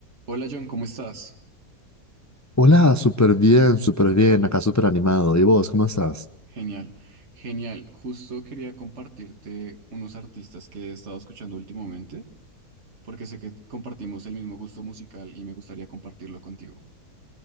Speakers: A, on the right (about 45°); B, on the left (about 15°).
A: Hola John, ¿cómo estás?
B: Hola, súper bien, súper bien, acá súper animado. ¿Y vos, cómo estás?
A: Genial, genial. Justo quería compartirte unos artistas que he estado escuchando últimamente, porque sé que compartimos el mismo gusto musical y me gustaría compartirlo contigo,